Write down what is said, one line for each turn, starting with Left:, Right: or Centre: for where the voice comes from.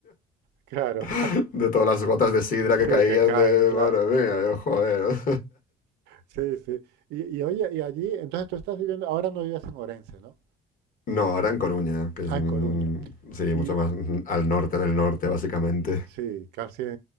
Right: claro.
Left: <laughs>
Right: <laughs>
Left: de todas las gotas de sidra que
Right: Sí,
Left: caían
Right: que caen,
Left: de, madre
Right: claro.
Left: mía, yo, joder.
Right: Sí, sí. Y, y oye, y allí, entonces tú estás viviendo, ahora no vives en Orense, ¿no?
Left: No, ahora en Coruña, que es,
Right: Ah,
Left: mm,
Right: en Coruña.
Left: sí,
Right: Y,
Left: mucho más mm, al norte del norte, básicamente.
Right: Sí, casi en-